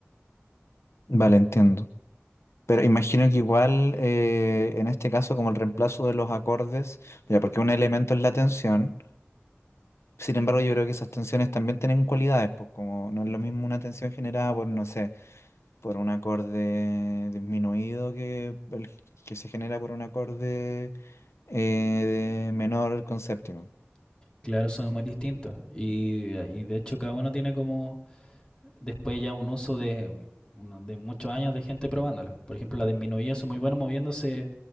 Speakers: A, on the left; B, on the left.
A: vale, entiendo. Pero imagino que igual eh, en este caso como el reemplazo de los acordes, ya porque un elemento es la tensión. Sin embargo, yo creo que esas tensiones también tienen cualidades, pues como no es lo mismo una tensión generada por, no sé, por un acorde disminuido que el que se genera por un acorde eh, de menor con séptima.
B: Claro, son muy distintos. Y, y de hecho cada uno tiene como después ya un uso de, de muchos años de gente probándola. Por ejemplo, las disminuidas son muy buenas moviéndose